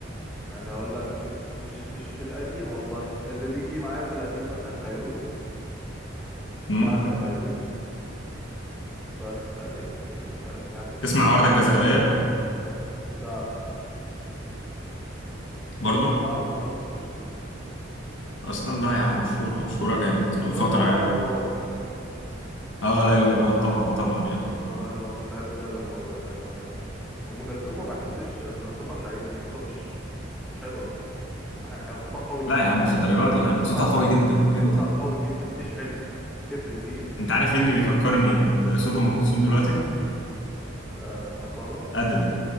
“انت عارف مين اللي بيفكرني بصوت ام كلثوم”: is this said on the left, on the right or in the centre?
Left